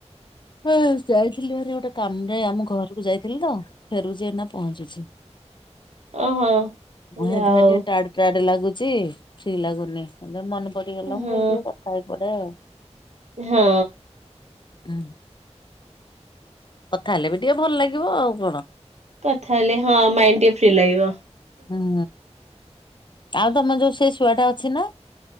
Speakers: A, on the left; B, on the right.
A: ହଁ ଯାଇଥିଲି ଭାରି ଗୋଟେ କାମରେ ଆମ ଘରକୁ ଯାଇଥିଲି ତ ଫେରୁଛି ନା ପହଞ୍ଚୁଛି।
B: ଓହୋ
A: ମୁଁ
B: ଯାଉ
A: ହେଥିପାଇଁ ଟିକେ ଟାଡ଼ ଟାଏଡ ଲାଗୁଛି ଫି ଲାଗୁନି ଏବେ ମନେ ପଡିଗଲା
B: ହଁ
A: ମୁଁ କହିଲି ଟିକେ କଥା ହେଇପଡେ ଆଉ।
B: ହଁ।
A: ହୁଁ। କଥା ହେଲେ ବି ଟିକେ ଭଲ ଲାଗିବ ଆଉ କଣ?
B: କଥା ହେଲେ ହଁ ମାଇଣ୍ଡ ଟିକେ ଫ୍ରି ଲାଗିବ।
A: ହଁ। ଆଉ ତମର ଯୋଉ ସେଇ ଶୁଆ ଟା ଅଛି ନା?